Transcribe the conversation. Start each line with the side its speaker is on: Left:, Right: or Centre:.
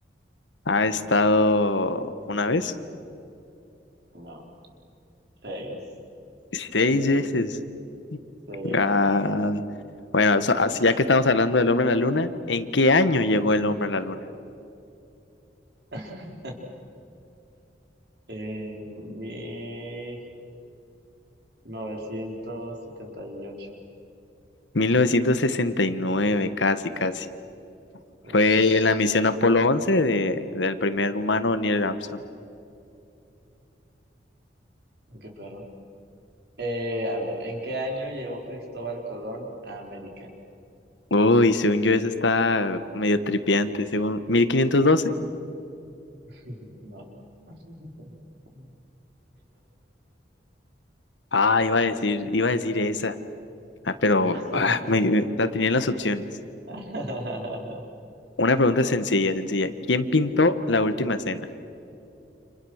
Left: Ha estado una vez,
Right: No, seis,
Left: seis
Right: seis veces.
Left: veces.
Right: eh,
Left: Ah, bueno, so- así ya que estamos hablando del hombre a la luna, ¿en qué año llegó el hombre a la luna?
Right: <laughs> En mil novecientos setenta y ocho
Left: 1969, casi, casi.
Right: Ush,
Left: Fue en la misión Apolo 11 de, del primer humano Neil Armstrong.
Right: qué perro. Eh, a ver, ¿en qué año llegó Cristóbal Colón a América?
Left: Uy, según yo eso está medio tripiante, según mil quinientos doce
Right: <laughs> No. <laughs>
Left: Ah, iba a decir, iba a decir esa.
Right: 1492.
Left: Ah, pero ah, me- la tenía en las opciones.
Right: Ah. <laughs>
Left: Una pregunta sencilla, sencilla. ¿Quién pintó la última cena?